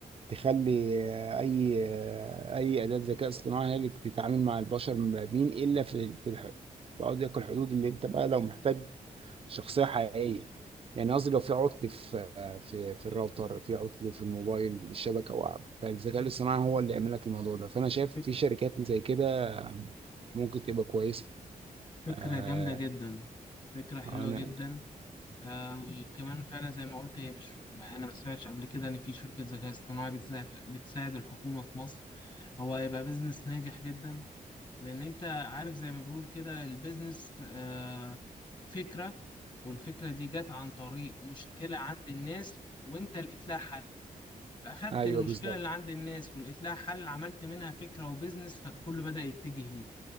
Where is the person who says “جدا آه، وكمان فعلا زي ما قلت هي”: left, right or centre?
Left